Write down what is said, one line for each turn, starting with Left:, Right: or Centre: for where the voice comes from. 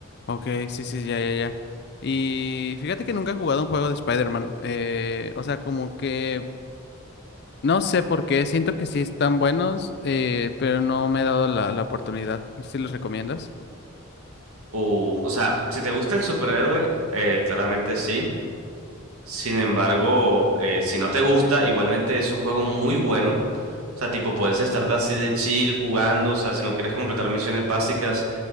Left: Ok, sí, sí, ya, ya, ya. Y fíjate que nunca he jugado un juego de Spider-Man, eh, o sea, como que, no sé por qué, siento que sí están buenos, eh, pero no me he dado la, la oportunidad. ¿Sí los recomiendas?
Right: Uf, o sea, si te gusta el superhéroe, eh, claramente sí. Sin embargo, eh, si no te gusta, igualmente es un juego muy bueno. O sea, tipo, puedes estar así de chill jugando, o sea, si no quieres completar misiones básicas.